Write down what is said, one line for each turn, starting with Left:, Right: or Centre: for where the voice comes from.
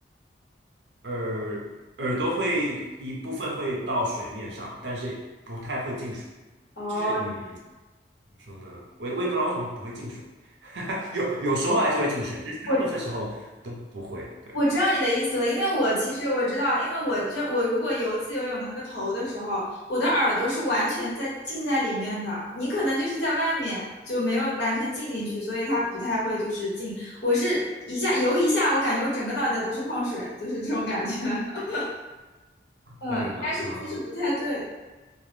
Right: 耳耳朵会一部分会到水面上，但是不太会进水。
Left: 哦，
Right: 就是嗯，怎么说呢？我也我也不知道为什么不会进水，<laughs> 有有时候还是会进水，但是大部分时候都不会。
Left: 我
Right: 对，
Left: 我知道你的意思了，因为我其实我知道，因为我就我如果游自由泳的那个头的时候，我的耳朵是完全在浸在里面的，你可能就是在外面就没有完全浸进去，所以它不太会就是进。我是一下游一下，我感觉我整个脑袋都是晃水，就是这种感觉。<laughs> 嗯，
Right: 这样子吗？
Left: 应该是姿势不太对
Right: 嗯